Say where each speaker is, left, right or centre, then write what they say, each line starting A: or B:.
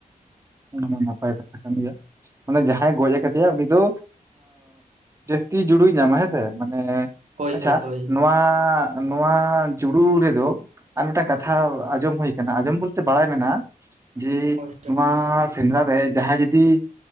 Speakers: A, on the right; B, on the right.
A: ᱚᱱᱟ ᱢᱟ ᱱᱟᱯᱟᱭ ᱠᱟᱛᱷᱟ ᱠᱟᱱ ᱜᱮᱭᱟ᱾ ᱢᱟᱱᱮ ᱡᱟᱦᱟᱸᱭ ᱜᱚᱡ ᱠᱟᱫᱮᱭᱟ ᱩᱱᱤ ᱫᱚ, ᱡᱟᱹᱥᱛᱤ ᱡᱩᱲᱩᱭ ᱧᱟᱢᱟ ᱦᱮᱸᱥᱮ, ᱢᱟᱱᱮ
B: ᱦᱳᱭ
A: ᱟᱪᱪᱷᱟ,
B: ᱦᱳᱭ ᱦᱳᱭ
A: ᱱᱚᱣᱟ ᱱᱚᱣᱟ ᱡᱩᱲᱩ ᱨᱮᱫᱚ ᱟᱨ ᱢᱤᱫᱴᱟᱝ ᱠᱟᱛᱷᱟ ᱟᱸᱡᱚᱢ ᱦᱚᱭ ᱟᱠᱟᱱᱟ ᱟᱸᱡᱚᱢ ᱵᱚᱞᱛᱮ ᱵᱟᱲᱟᱭ ᱢᱮᱱᱟᱜᱼᱟ᱾ ᱡᱮ
B: ᱦᱳᱭ
A: ᱱᱚᱣᱟ ᱥᱮᱸᱫᱽᱨᱟ ᱨᱮ ᱡᱟᱦᱟᱸᱭ ᱡᱩᱫᱤ